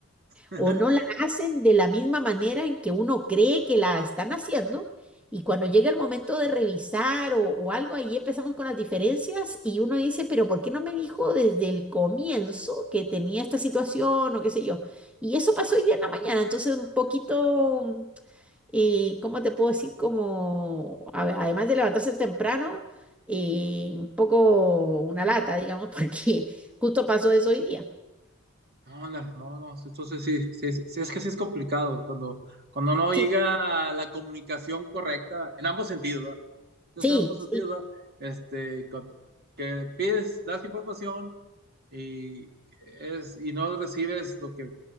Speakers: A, on the right; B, in the centre.
A: <laughs>
B: o no la hacen de la misma manera en que uno cree que la están haciendo. Y cuando llega el momento de revisar o, o algo, ahí empezamos con las diferencias y uno dice, pero ¿por qué no me dijo desde el comienzo que tenía esta situación o qué sé yo? Y eso pasó hoy día en la mañana, entonces un poquito, mm, eh, ¿cómo te puedo decir? Como, a- además de levantarse temprano, eh, un poco una lata, digamos, <laughs> porque justo pasó eso hoy día.
A: Ándale, no, no, sí, entonces sí, sí, sí, sí, es que sí es complicado cuando, cuando no llega
B: Sí,
A: la comunicación correcta en ambos sentidos, ¿verdad? Entonces,
B: sí,
A: en ambos sentidos,
B: sí,
A: ¿verdad? Este, con- que pides, das información y, es, y no recibes lo que,